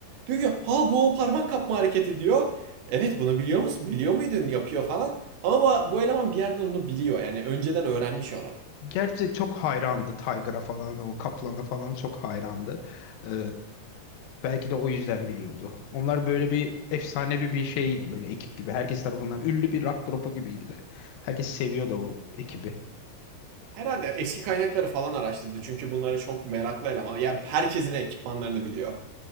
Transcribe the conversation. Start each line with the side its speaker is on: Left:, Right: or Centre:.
Right: Diyor ki ha bu o parmak kapma hareketi diyor. Evet bunu biliyor musun? Biliyor muydun yapıyor falan. Ama bu, bu eleman bir yerden onu biliyor yani önceden öğrenmiş onu.
Left: Gerçi çok hayrandı Tiger'a falan o Kaplan'a falan çok hayrandı. Ee, belki de o yüzden biliyordu. Onlar böyle bir efsanevi bir şeydi böyle ekip gibi. Herkes tarafından ünlü bir rock grubu gibiydiler. Herkes seviyordu o ekibi.
Right: Herhalde eski kaynakları falan araştırdı çünkü bunları çok meraklı eleman. Yani herkesin ekipmanlarını biliyor.